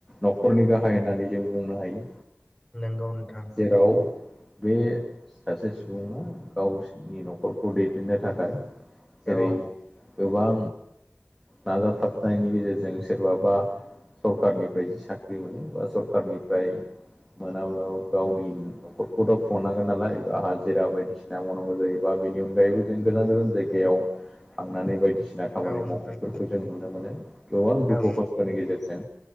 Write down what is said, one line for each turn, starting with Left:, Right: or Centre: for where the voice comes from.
Centre: न'खरनि गाहाय होननानै जों बुंनो हायो।
Left: नोंगौ नोंथां।
Centre: जेराव बे सासे सुबुङा गावसोनि न'खरखौ दैदेननो थाखाय जेरै
Left: औ
Centre: गोबां नाजाथाबनायनि गेजेरजों सोरबाबा सरखारारनिफ्राय जि साख्रि मोनो बा सरखारनिफ्राय मोनाब्लाबो गावनि नखरखौथ' खुंनांगोन नालाय आ हाजिरा बायदिसिना मावनांगौ जायोबा बेनि अनगायैबो जों गोजान गोजान जायगायाव थांनानै बायदिसिना खामानि
Left: औ नोंथां
Centre: मावहैनायफोरखौ जों नुनो मोनो गोबां दुखु
Left: औ
Centre: खस सानि गेजेरजों